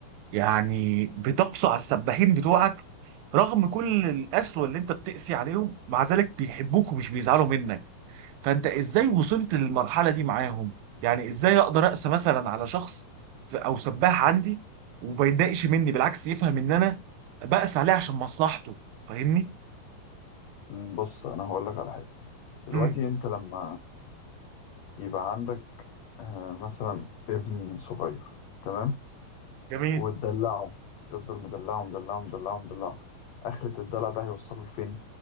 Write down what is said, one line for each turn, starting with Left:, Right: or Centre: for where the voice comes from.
Right: يعني بتقسو على السباحين بتوعك رغم كل القسوه اللي انت بتقسي عليهم مع ذلك بيحبوك ومش بيزعلوا منك فانت ازاي وصلت للمرحله دي معاهم يعني ازاي اقدر اقسى مثلا على شخص ف- او سباح عندي وما يتضايقش مني بالعكس يفهم ان انا بقسى عليه عشان مصلحته فاهمني
Left: مم، بص أنا هقولك على حاجة دلوقتي
Right: امم
Left: أنت لما يبقى عندك آه، مثلا ابن صغير تمام
Right: جميل
Left: وتدلعه تفضل مدلعه مدلعه مدلعه مدلعه آخرة الدلع ده هيوصله لفين؟